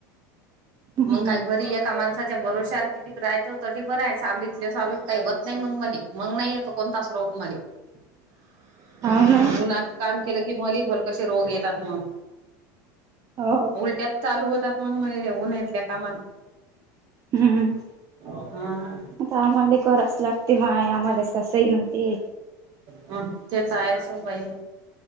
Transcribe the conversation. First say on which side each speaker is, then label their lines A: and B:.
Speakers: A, on the right; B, on the right.
A: हम्म
B: मग काय घरी एका माणसा च्या भरोश्यावर किती राहायचं तरी बरं आहे सावलीतल्या सावलीत काही होत नाही मग मले मग नाही येत कोणताच रोग मले.
A: <unintelligible> हाव ना
B: उन्हात काम केलं कि मले भलतसे रोग येतात मग
A: हो
B: उलट्यांच चालू होतात म्हणून मले त्या उन्हातल्या कामानं.
A: हम्म
B: हा-
A: आता आम्हाला करावचं लागते माय आम्हालास सई नव्हती.
B: हम त्यांचं आहेस मोबाईल.